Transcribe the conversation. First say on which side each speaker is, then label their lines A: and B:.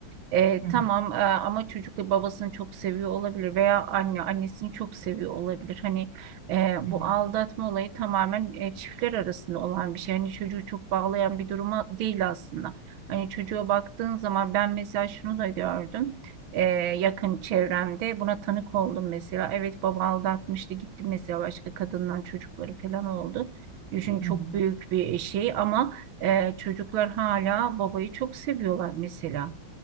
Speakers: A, on the right (about 80°); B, on the right (about 45°).
A: E,
B: Hı hı,
A: tamam e, ama çocuk babasını çok seviyor olabilir veya anne annesini çok seviyor olabilir. Hani e, bu
B: hı hı,
A: aldatma olayı tamamen e, çiftler arasında olan bir şey. Hani çocuğu çok bağlayan bir duruma değil aslında. Hani çocuğa baktığın zaman ben mesela şunu da gördüm. e, yakın çevremde buna tanık oldum mesela. Evet baba aldatmıştı gitti mesela başka kadından çocukları falan oldu. Düşün çok
B: hı hı,
A: büyük bir şey ama e, çocuklar hala babayı çok seviyorlar mesela.